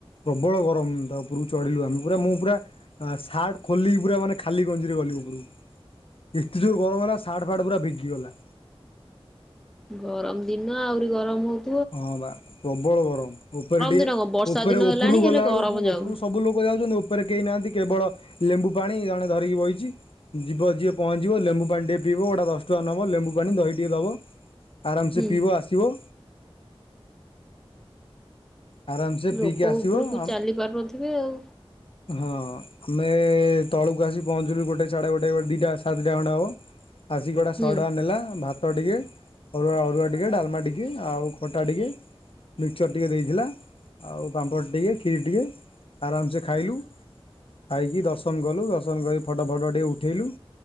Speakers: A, on the left; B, in the centre.
A: ପ୍ରବଳ ଗରମ ତା ଉପରକୁ ଚଢ଼ିଲୁ ଆମେ ପୁରା ମୁଁ ପୁରା ସାର୍ଟ ଖୋଲିକି ପୁରା ମାନେ ଖାଲି ଗଞ୍ଜିରେ ଗଲି ଉପରକୁ। ଏତେ ଜୋର ଗରମ ହେଲା ସାର୍ଟ ଫାର୍ଟ ପୁରା ଭିଗିଗଲା।
B: ଗରମ ଦିନ ଆହୁରି ଗରମ ହଉ
A: ହଁ ବା ପ୍ରବଳ ଗରମ ଉପରେ ଟିକେ
B: ଦିନ କଣ ବର୍ଷା
A: ଉପରେ
B: ଦିନ
A: ଉପରକୁ
B: ହେଲାଣି ହେଲେ
A: ଗଲା
B: ଗରମ
A: ବେଳକୁ
B: ଯାଉନି
A: ଉପରକୁ ସବୁ ଲୋକ ଯାଉଛନ୍ତି ଉପରେ କେହି ନାହାନ୍ତି କେବଳ ଲେମ୍ବୁ ପାଣି ଜଣେ ଧରିକି ବଇଛି ଯିବ ଯିଏ ପହଞ୍ଚିବ ଲେମ୍ବୁ ପାଣି ଟିକଏ ପିଇବ ଗୋଟେ ଦଶଟଙ୍କା ନେବ ଲେମ୍ବୁ ପାଣି ଦହି ଟିକିଏ ଦେବ। ଆରାମସେ
B: ହୁଁ
A: ପିଇବ ଆସିବ। ଆରାମସେ
B: ଲୋକ
A: ପିଇକି ଆସିବ
B: ଉପରକୁ
A: ହଁ।
B: ଚାଲି ପାରୁନଥିବେ ଆଉ
A: ଆମେ ତଳକୁ ଆସିକି ପହଞ୍ଚିଲୁ ଗୋଟେ ସାଢେ ଗୋଟେ ଦିଇଟା ସାଢେ ଦିଇଟା ଖଣ୍ଡେ ହବ। ଆସିକି ଗୋଟା
B: ହୁଁ।
A: ଶହେ ଟଙ୍କା ନେଲା ଭାତ ଟିକେ ଅରୁଆ ଅରୁଆ ଟିକେ ଡାଲମା ଟିକେ ଆଉ ଖଟା ଟିକେ ମିକ୍ସଚର୍ ଟିକେ ଦେଇଥିଲା। ଆଉ ପାମ୍ପଡ଼ ଟିକେ କ୍ଷୀରି ଟିକେ ଆରାମସେ ଖାଇଲୁ। ଖାଇକି ଦର୍ଶନ କଲୁ ଦର୍ଶନ କରି ଫଟୋ ଫଟୋ ଟିକେ ଉଠେଇଲୁ।